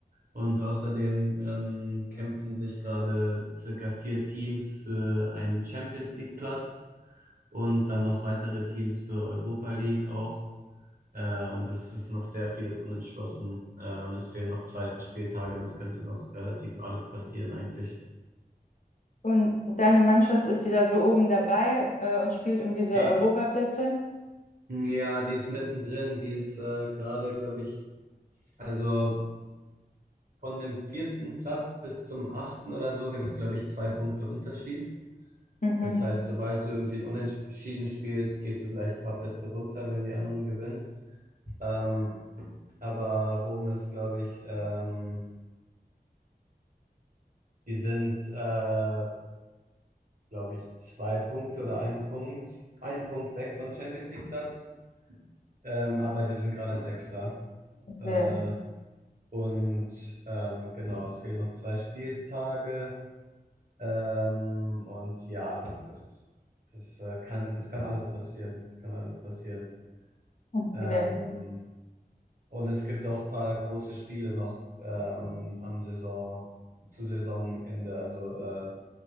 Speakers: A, on the right (about 55°); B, on the left (about 50°).
A: und außerdem ähm, kämpfen sich gerade circa vier Teams für einen Champions League Platz und dann noch weitere Teams für Europa League auch. Äh, und es ist noch sehr vieles unentschlossen. Äh, und es fehlen noch zwei Spieltage und es könnte noch relativ alles passieren eigentlich.
B: Und deine Mannschaft ist die da so oben dabei äh, und spielt um diese
A: Eh,
B: Europaplätze?
A: Ja, die ist mittendrin, die ist äh, gerade, glaube ich, also von dem vierten Platz bis zum achten oder so gibt es, glaube ich, zwei Punkte Unterschied.
B: Mhm.
A: Das heißt, sobald du irgendwie ein Unentschieden spielst, gehst du gleich ein paar Plätze runter, wenn die anderen gewinnen. Ähm, aber Rom ist, glaube ich, ähm, die sind äh, glaube ich, zwei Punkte oder ein Punkt, ein Punkt weg von Champions League Platz. Ähm, aber die sind gerade Sechster.
B: Okay.
A: Äh, und ähm, genau, es fehlen noch zwei Spieltage. Ähm, und ja, das ist, das äh, kann, es kann alles passieren. Es kann alles passieren.
B: Okay.
A: Ähm, und es gibt auch ein paar große Spiele noch äh, am, am Saison, zu Saisonende. Also äh,